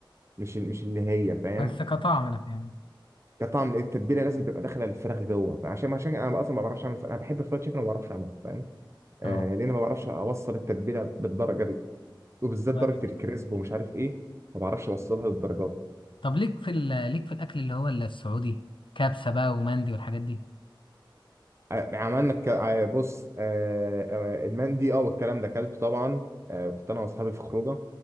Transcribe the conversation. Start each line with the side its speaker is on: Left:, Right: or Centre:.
Right: مش ال- مش اللي هي فاهم
Left: بس كطعم أنا فاهم
Right: كطعم التتبيله لازم تبقى داخله الفراخ جوه فعشان عشان انا اصلا ما بعرفش اعمل ف- انا بحب الفرايد تشيكن وما بعرفش اعمله فاهم آه،
Left: أه
Right: لان ما بعرفش اوصل التتبيله بالدرجه دي وبالذات
Left: طيب.
Right: درجه الكريسب ومش عارف ايه ما بعرفش اوصلها للدرجات دي
Left: طب ليك في ال... ليك في الأكل اللي هو السعودي كبسة بقى ومندي والحاجات دي
Right: ع- يعني عملنا الك... ع- بص آه، آه، المندي اه والكلام ده اكلته طبعا آه، كنت انا واصحابي في خروجه